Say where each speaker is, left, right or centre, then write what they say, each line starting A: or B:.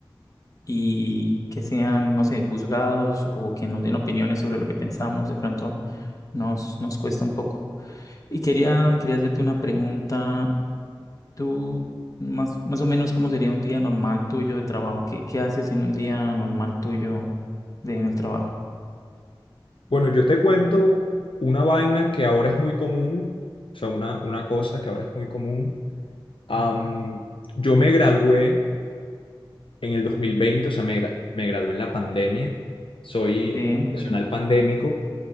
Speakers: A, on the left; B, on the left.
A: y que sean, no sé, juzgados o que nos den opiniones sobre lo que pensamos, de pronto nos, nos cuesta un poco. Y quería, quería hacerte una pregunta. Tú, más, más o menos, ¿cómo sería un día normal tuyo de trabajo? ¿Qué, qué haces en un día normal tuyo de, en el trabajo?
B: Bueno, yo te cuento una vaina que ahora es muy común, o sea, una, una cosa que ahora es muy común. Am, yo me gradué en el dos mil veinte o sea, me, gra- me gradué en la pandemia, soy
A: Sí.
B: profesional pandémico